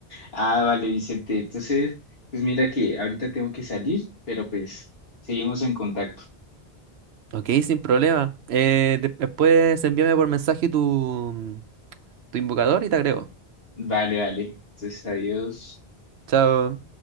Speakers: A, on the left; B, on the right.
A: Ah, vale, Vicente. Entonces, pues mira que ahorita tengo que salir, pero pues seguimos en contacto.
B: Ok, sin problema. Eh, de- después envíame por mensaje tu, tu invocador y te agrego.
A: Vale, vale. Entonces, adiós.
B: Chao.